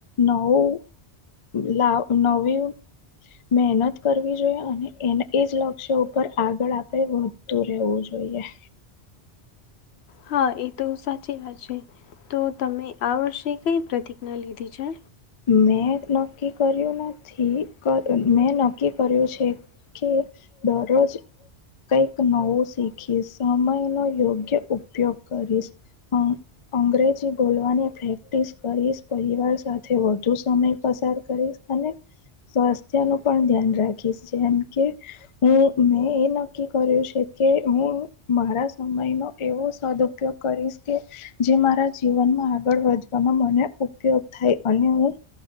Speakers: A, on the left; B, on the left.
A: નવું લ નવી મહેનત કરવી જોઈએ અને એને એજ લક્ષ્ય ઉપર આગળ આપણે વધતું રહેવું જોઈએ
B: હા એ તો સાચી વાત છે તો તમે આ વર્ષે કઈ પ્રતિજ્ઞા લીધી છે?
A: મેં નક્કી કર્યું નથી મેં નક્કી કર્યું છે. કે દરરોજ કંઈક નવું શીખીશ સમય નો યોગ્ય ઉપયોગ કરીશ અ અંગ્રેજી બોલવાની પ્રેક્ટિસ કરીશ પરિવાર સાથે વધુ સમય પસાર કરીશ અને સ્વાસ્થ્ય નું પણ ધ્યાન રાખી છે એમ કે હું, મેં એ નક્કી કર્યું છે કે હું મારા સમયનો એવો સદઉપયોગ કરીશ કે જે મારા જીવનમાં આગળ વધવામાં મને ઉપયોગ થાય અને હું